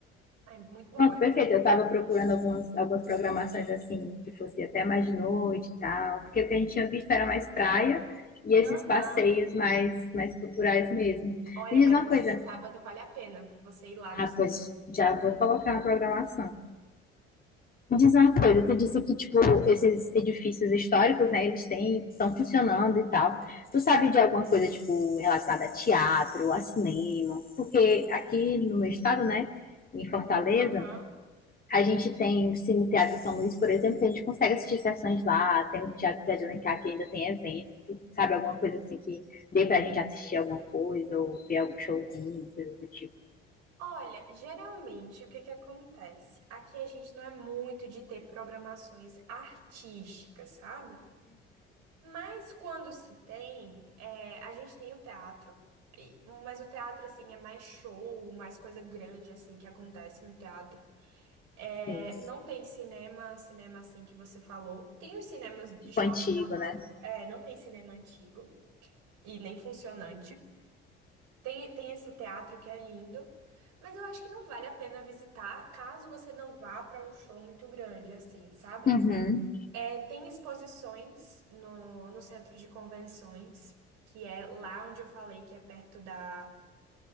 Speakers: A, on the right; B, on the left.
A: É muito bom.
B: Pronto, perfeito. Eu estava procurando algumas, algumas programações assim, que fosse até mais de noite e tal, porque o que a gente tinha visto era mais praia e esses
A: Aham.
B: passeios mais, mais culturais mesmo.
A: Olha,
B: Me
A: mas
B: diz uma
A: no
B: coisa.
A: no sábado vale a pena você ir lá
B: Ah,
A: no.
B: pois já vou colocar na programação. Me diz uma coisa, tu disse que, tipo, esses edifícios históricos, né, eles têm, estão funcionando e tal. Tu sabe de alguma coisa, tipo, relacionada a teatro, a cinema? Porque aqui no meu estado, né, em Fortaleza,
A: Aham.
B: A gente tem o Cine Teatro São Luís, por exemplo, que a gente consegue assistir sessões lá, tem o Teatro Zé de Alencar que ainda tem evento, tu sabe, alguma coisa assim que dê pra gente assistir alguma coisa, ou ver algum showzinho, coisa do tipo.
A: Olha, geralmente o que que acontece? Aqui a gente não é muito de ter programações artísticas, sabe? Mas quando se tem, é, a gente tem o teatro, e- mas o teatro, assim, é mais show, mais coisa grande, assim, que acontece no teatro. É,
B: Sei.
A: não tem cinema, cinema assim que você falou. Tem os cinemas de
B: Tipo
A: shopping
B: antigo,
A: normal,
B: né?
A: é, não tem cinema antigo e nem funcionante. Tem, tem esse teatro que é lindo, mas eu acho que não vale a pena visitar caso você não vá para um show muito grande, assim, sabe?
B: Uhum.
A: É, tem exposições no, no centro de convenções, que é lá onde eu falei que é perto da,